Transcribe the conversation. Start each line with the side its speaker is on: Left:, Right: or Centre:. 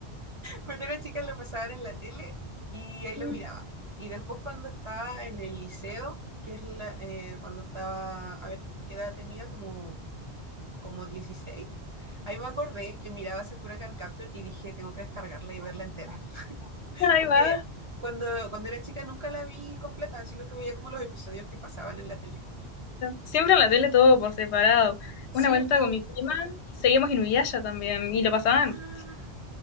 Right: Cuando era chica lo pasaban en la tele y ahí
Left: Y
Right: lo miraba. Y después cuando estaba en el liceo, que es la- eh, cuando estaba, a ver, ¿qué edad tenía? Como, como dieciséis Ahí me acordé que miraba Sakura Card Captor y dije, tengo que descargarla y verla entera.
Left: Ahí
Right: Porque
Left: va.
Right: cuando, cuando era chica nunca la vi completa, sino que veía como los episodios que pasaban en la tele.
Left: Siempre en la tele todo por separado.
Right: Sí,
Left: Una vuelta
Right: po.
Left: con mi prima, seguimos Inuyasha también y lo pasaban
Right: Ah,